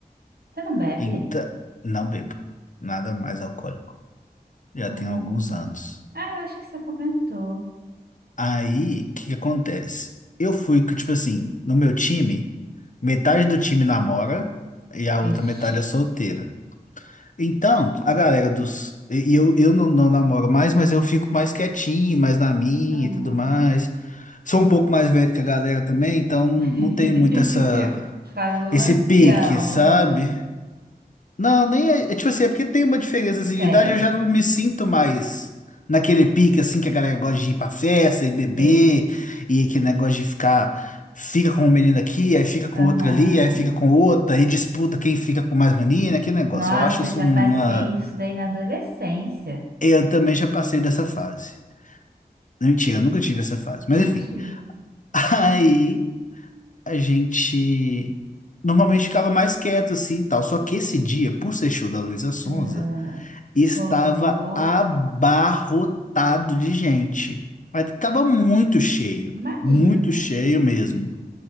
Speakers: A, on the right; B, on the left.
A: Você não bebe?
B: Então, não bebo. Nada mais alcoólico. Já
A: Hum.
B: tem alguns anos.
A: Ah, eu acho que você comentou.
B: Aí, o que que acontece? Eu fui, que, tipo assim, no meu time, metade do time namora e a outra
A: Ixi.
B: metade é solteira. Então, a galera dos. E e eu, eu não, não namoro mais, mas eu fico mais quietinho, mais na minha
A: Aham.
B: e tudo mais. Sou um pouco mais velho que a galera também, então não
A: <laughs>
B: não tenho muito essa,
A: Falou
B: esse
A: ancião.
B: pique, sabe?
A: Ah,
B: Não, nem é, é tipo assim, é porque tem uma diferença assim,
A: tem.
B: de idade, eu já não me sinto mais naquele pique assim que a galera gosta de ir pra festa e beber,
A: Sei.
B: e aquele negócio de ficar, fica com um menino aqui, aí fica com
A: Aham.
B: outro ali, aí fica com outra, e disputa quem fica com mais menina, aquele negócio.
A: Nossa,
B: Eu acho isso
A: já
B: uma.
A: passei isso daí na adolescência.
B: Eu também já passei dessa fase. Mentira, eu nunca tive essa fase, mas
A: Eu
B: enfim.
A: te.
B: <laughs> Aí. a gente normalmente ficava mais quieto assim e tal. Só que esse dia, por ser show da Luísa Sonza,
A: ah,
B: estava
A: rolou.
B: abarrotado de gente. Mas estava muito cheio,
A: Imagino.
B: muito cheio mesmo.